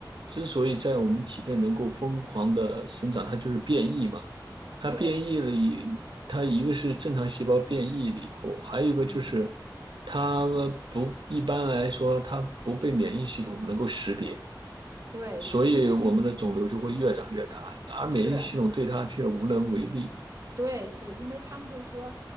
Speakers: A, on the right; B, on the right.
A: 之所以在我们体内能够疯狂的生长，它就是变异嘛。它变异了以，
B: 对，
A: 它一个是正常细胞变异了以后，还有一个就是
B: 嗯，
A: 它们不，一般来说它不被免疫系统能够识别，
B: 对，
A: 所以我们的肿瘤就会越长越大，
B: 因为嗯
A: 而免疫系统对它却无能为力。
B: 是。对，是因为他们就说，